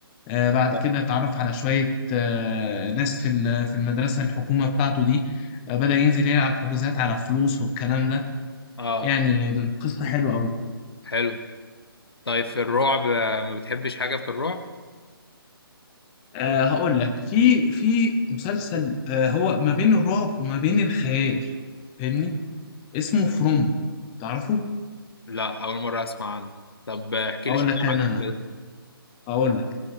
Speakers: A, on the left; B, on the left.
A: آه، بعد
B: اه
A: كده اتعرف على شوية آه، ناس في ال- في المدرسة الحكومة بتاعته دي آه، بدأ ينزل يلعب حجوزات على فلوس والكلام ده
B: آه.
A: يعني القصة حلوة أوي
B: حلو طيب في الرعب آه، ما بتحبش حاجة في الرعب
A: أه هقول لك في في مسلسل أه هو ما بين الرعب وما بين الخيال فاهمني اسمه فروم تعرفه؟
B: لا اول مرة اسمع عنه طب آه، احكي
A: أقول
B: لي شوية
A: لك أنا
B: عنه كده
A: أقول لك